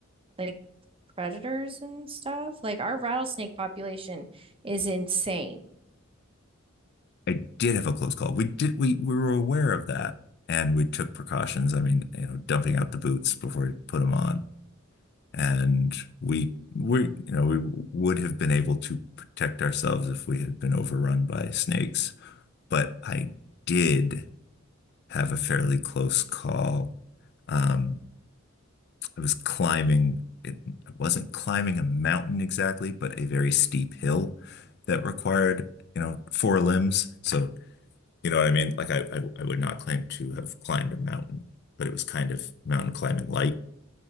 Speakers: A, on the right; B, on the left.
A: like predators and stuff. Like our rattlesnake population is insane.
B: I did have a close call. We did, we, we were aware of that and we took precautions. I mean, you know, dumping out the boots before we put them on. And we, we, you know, we would have been able to protect ourselves if we had been overrun by snakes. But I did have a fairly close call. Um, I was climbing, it, I wasn't climbing a mountain exactly, but a very steep hill that required, you know, four limbs. So, you know what I mean? Like I, I, I would not claim to have climbed a mountain, but it was kind of mountain climbing light.